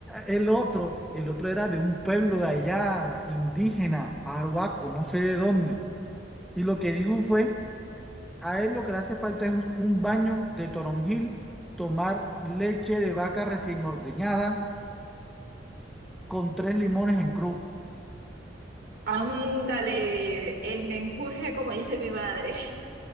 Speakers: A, in the centre; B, on the right.
A: El otro, el otro era de un pueblo de allá, indígena, arhuaco, no sé de dónde. Y lo que dijo fue A él lo que le hace falta es un baño de toronjil, tomar leche de vaca recién ordeñada con tres limones en cruz.
B: Ándale, el menjurje, como dice mi madre.